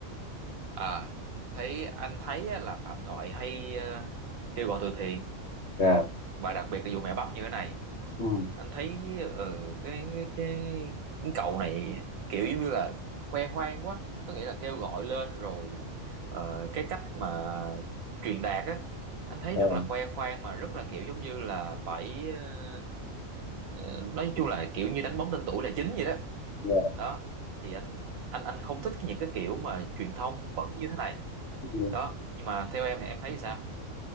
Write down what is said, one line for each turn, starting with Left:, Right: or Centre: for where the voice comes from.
Right: À, thấy anh thấy á, là Phạm Thoại hay ờ, kêu gọi từ thiện
Left: dạ
Right: và đặc biệt là vụ mẹ bắp như thế này.
Left: ừ.
Right: Anh thấy ờ, cái, cái cái cái cậu này kiểu giống như là khoe khoang quá, có nghĩa là kêu gọi lên rồi ờ, cái cách mà truyền đạt á, anh thấy
Left: dạ
Right: rất là khoe khoang mà rất là kiểu giống như là phải ờ, Ờ, nói chung là kiểu như đánh bóng tên tuổi là chính vậy đó
Left: dạ
Right: đó thì anh anh anh không thích những cái kiểu mà truyền thông bẩn như thế này
Left: Ừ.
Right: đó nhưng mà theo em thì em thấy sao